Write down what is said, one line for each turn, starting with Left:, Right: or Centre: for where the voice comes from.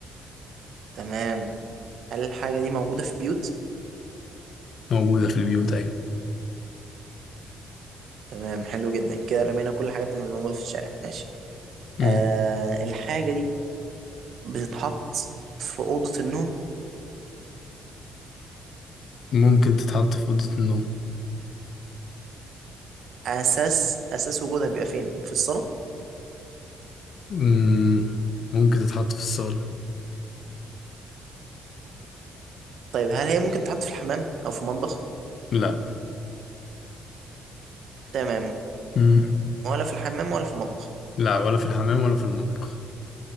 Right: تمام هل الحاجة دي موجودة في بيوت؟
Left: موجوده في البيوت ايوه
Right: تمام حلو جدا كده رمينا كل الحاجات اللي موجودة في الشارع ماشي
Left: مم.
Right: آه الحاجة دي بتتحط في أوضة النوم
Left: ممكن تتحط في اوضه النوم
Right: أساس أساس وجودها بيبقى فين؟ في الصالة؟
Left: مم. ممكن تتحط في الصاله
Right: طيب هل هي ممكن تتحط في الحمام أو في المطبخ؟
Left: لا
Right: تمام
Left: مم.
Right: ولا في الحمام ولا في المطبخ
Left: لا ولا في الحمام ولا في المطبخ